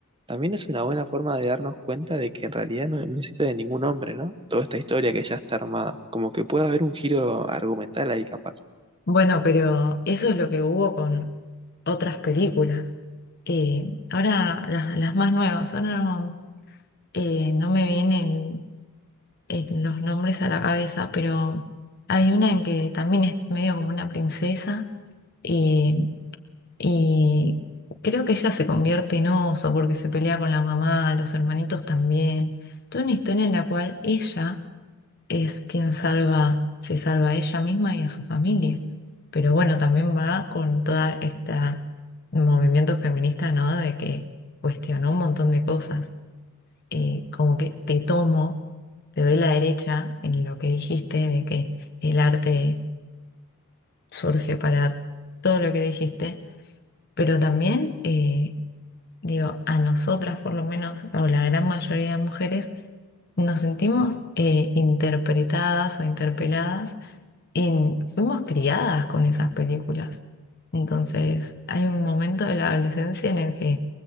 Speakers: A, on the right; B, on the left.
A: también es una buena forma de darnos cuenta de que en realidad no necesita de ningún hombre, ¿no? Toda esta historia que ya está armada. Como que puede haber un giro argumental ahí capaz.
B: Bueno, pero eso es lo que hubo con otras películas. Eh, ahora, las, las más nuevas, ahora no, eh, no me vienen el- el- los nombres a la cabeza, pero hay una en que también es medio como una princesa eh, Y creo que ella se convierte en oso porque se pelea con la mamá, los hermanitos también. Toda una historia en la cual ella es quien salva, se salva a ella misma y a su familia. Pero bueno, también va con toda esta movimiento feminista, ¿no? De que cuestionó un montón de cosas. Eh, como que te tomo, te doy la derecha en lo que dijiste, de que el arte surge para todo lo que dijiste, pero también... eh, digo, a nosotras por lo menos, o la gran mayoría de mujeres, nos sentimos eh, interpretadas o interpeladas y fuimos criadas con esas películas. Entonces, hay un momento de la adolescencia en el que